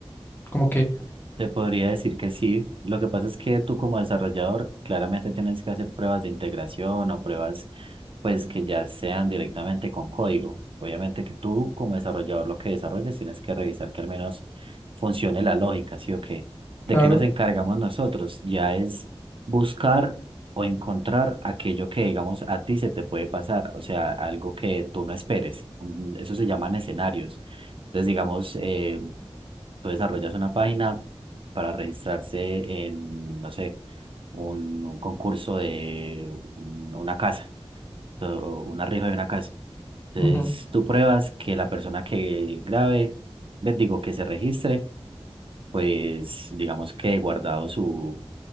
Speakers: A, on the left (about 20°); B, on the right (about 55°).
A: como que,
B: Te podría decir que sí. Lo que pasa es que tú como desarrollador claramente tienes que hacer pruebas de integración o pruebas pues que ya sean directamente con código. Obviamente que tú como desarrollador lo que desarrollas tienes que revisar que al menos funcione la lógica, ¿sí o qué? ¿De
A: claro.
B: qué nos encargamos nosotros? Ya es buscar o encontrar aquello que digamos a ti se te puede pasar, o sea, algo que tú no esperes. Un- Eso se llaman escenarios. Entonces, digamos, eh, tú desarrollas una página para registrarse en, no sé, un, un concurso de un- una casa, o una rifa de una casa. Entonces,
A: Ujú,
B: tú pruebas que la persona que grabe, ve, digo, que se registre, pues digamos que guardado su,